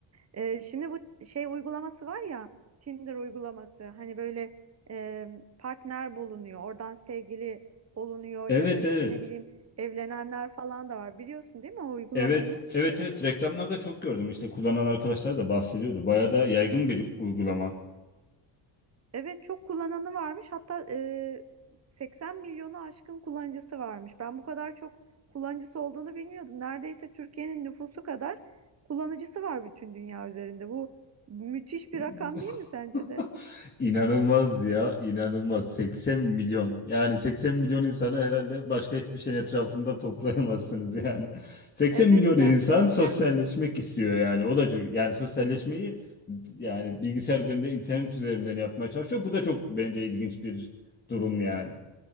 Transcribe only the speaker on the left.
Evet,
evet.
Evet, evet, evet. Reklamlarda çok gördüm. İşte kullanan arkadaşlar da bahsediyordu. Bayağı da yaygın bir uygulama.
<laughs>
İnanılmaz ya, inanılmaz. 80 milyon. Yani 80 milyon insanı herhalde başka hiçbir şeyin etrafında toplayamazsınız yani. 80
milyon insan
sosyalleşmek istiyor yani. O da çok yani sosyalleşmeyi yani bilgisayar üzerinde, internet üzerinden yapmaya çalışıyor. Bu da çok bence ilginç bir durum yani.